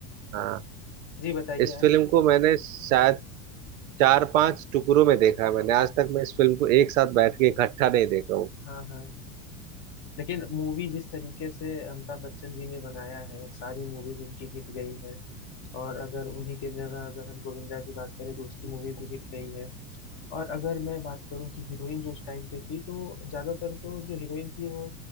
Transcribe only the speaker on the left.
जी बताइए
आप
हाँ हाँ लेकिन मूवी जिस तरीके से अमिताभ बच्चन जी ने बनाया है सारी मूवीज उनकी हिट गई हैं और अगर उन्हीं के जगह अगर हम गोविंदा की बात करें तो उसकी मूवीज भी हिट गई हैं और अगर मैं बात करूं कि हीरोइन जो उस टाइम पे थी तो ज्यादातर तो जो हीरोइन थी वो